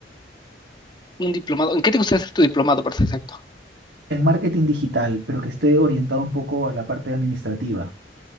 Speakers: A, on the left (about 25°); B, on the right (about 85°).
A: <laughs> Un diplomado. ¿En qué te gustaría hacer tu diplomado, para ser exacto?
B: en marketing digital, pero que esté orientado un poco a la parte administrativa.